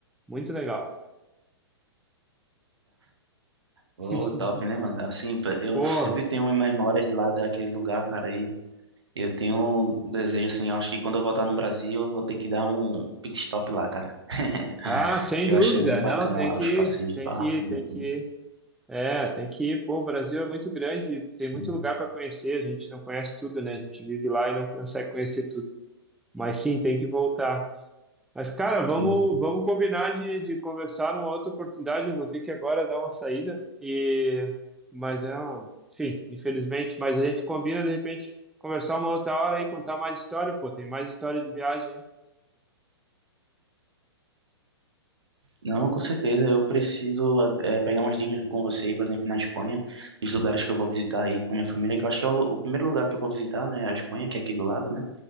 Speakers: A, in the centre; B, on the right.
A: Muito legal.
B: Oh,
A: <laughs>
B: top, né, mano? Assim, pe- eu
A: Pô.
B: sempre tenho memórias lá daquele lugar, cara, e eu tenho um desejo, assim, eu acho que quando eu voltar no Brasil, eu vou ter que dar um pit stop lá, cara. <laughs>
A: Ah, sem
B: Que
A: dúvida,
B: eu achei muito bacana
A: não, tem
B: lá,
A: que
B: os passeios
A: ir,
B: de
A: tem
B: barco
A: que ir,
B: e
A: tem que
B: tudo.
A: ir. É, tem que ir. Pô, o Brasil é muito grande, tem
B: Sim,
A: muito lugar para conhecer, a gente não conhece tudo, né? A gente vive lá e não consegue conhecer tudo. Mas sim, tem que voltar. Mas, cara, vamos,
B: sim, sim.
A: vamos combinar de, de conversar numa outra oportunidade. Eu vou ter que agora dar uma saída. E... Mas é, um- enfim, infelizmente, mas a gente combina de repente conversar uma outra hora e contar mais história, pô, tem mais história de viagem, hein?
B: Não, com certeza, eu preciso eh, pegar umas dicas com você aí, por exemplo, na Espanha, dos lugares que eu vou visitar aí com minha família, que eu acho que é o, lu- o primeiro lugar que eu vou visitar, né, a Espanha, que é aqui do lado, né?